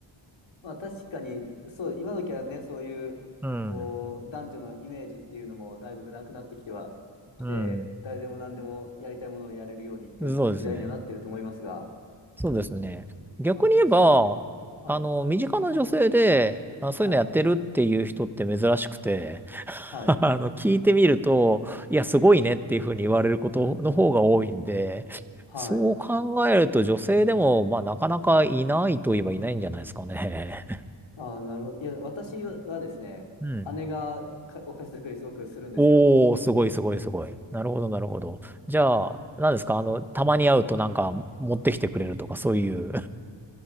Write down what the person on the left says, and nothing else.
まあ確かに、そう、今時はね、そういう、
こう、男女のイメージっていうのもだいぶなくなってきては、きて、
誰でも何でもやりたいものをやれるようにっていう時代にはなってると思いますが、
あ、その、はい、
はい、
はい、
はい。
あ、なるほど。いや、私はですね、
姉がかお菓子作りすごくするんですよ。